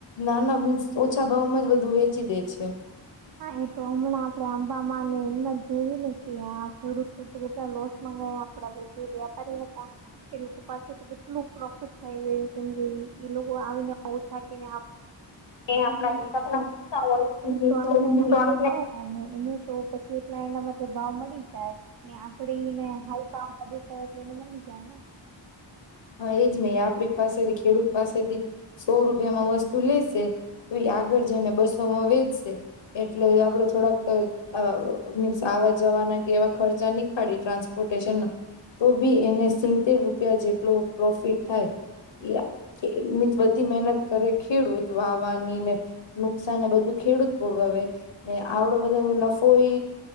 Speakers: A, on the left (about 65°); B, on the right (about 50°).
A: નાના મીન્સ ઓછા ભાવમાં જ બધું વેચી દે છે.
B: હા એ તો હમણાં આપડે આંબામાં ને એમમાં જ જોયું ને કે આ ખેડૂતો તો કેટલા લોસ માં ગયા. થોડા જે વ્યાપારી હતા. એ લોકો પાસે તો કેટલું પ્રોફિટ થઈ ગયું કેમ કે એ લોકો આવીને ઓછા કેને
A: એ આપણા હિસાબે હો
B: તો આપણે ના દેવાય એને તો પછી એટલા એના માટે ભાવ મળી જાય ને આકળીને હ એટલે એને મળી જાય ને
A: હા એજ નહી આપણી પાસેથી ખેડૂત પાસેથી સો રૂપિયામાં વસ્તુ લેશે. તોઈ આગળ જઈને બસોમાં વેચશે એટલે આપડે થોડાક અ મીન્સ આવા જવાના કે એવા ખર્ચા નહી કાઢી ટ્રાન્સપોર્ટેશન તો ભી એને સીતેેર રૂપિયા જેટલો પ્રોફિટ થાય. બધી મહેનત કરે ખેડૂત વાવાની ને નુકસાન એ બધું ખેડૂત ભોગવે ને આવડો બધો નફો એ